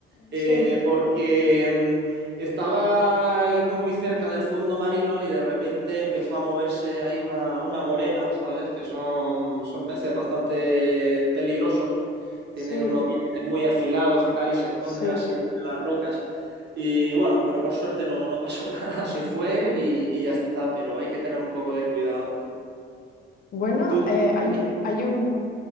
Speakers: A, on the right (about 60°); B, on the left (about 45°).
A: eh,
B: Sí,
A: porque mm, estaba ahí muy, muy cerca del fondo marino y de repente empezó a moverse ahí una, una morena, ¿sabes? Que son, son peces bastante peligrosos, tienen
B: sí,
A: unos dientes muy afilados y tal y se esconden
B: sí.
A: así entre las rocas. Y bueno, pero por suerte no, no pasó <laughs> nada, se fue y, y ya está, pero hay que tener un poco de cuidado.
B: Bueno,
A: Tú, tú-
B: eh, hay,
A: tú-
B: hay un,